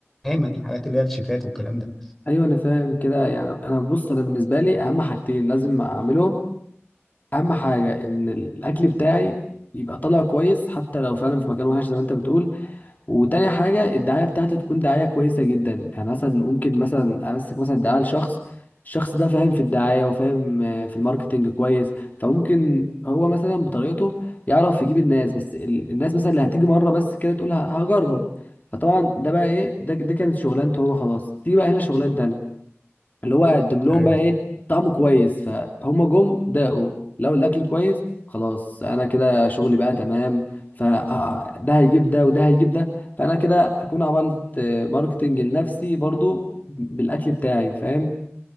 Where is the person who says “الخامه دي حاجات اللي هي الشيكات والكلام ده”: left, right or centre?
Centre